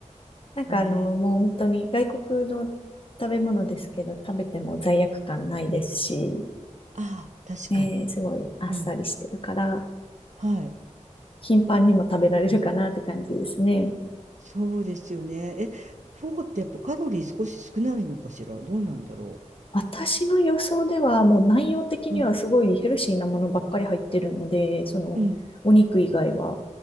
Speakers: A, on the left (about 45°); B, on the right (about 70°).
A: なんかあの、
B: ね。
A: もう本当に外国の食べ物ですけど、食べても罪悪感ないですし、
B: ああ、確かに。
A: ねすごいあっさりしてるから、
B: うん。はい。
A: 頻繁にも食べられるかなって感じですね。
B: そうですよね。え、フォーってやっぱカロリー少し少ないのかしら。どうなんだろ
A: 私の予想では、もう内容的にはすごいヘルシーなものばっかり入ってるので、
B: う。うん、
A: そのお肉以外は。
B: うん、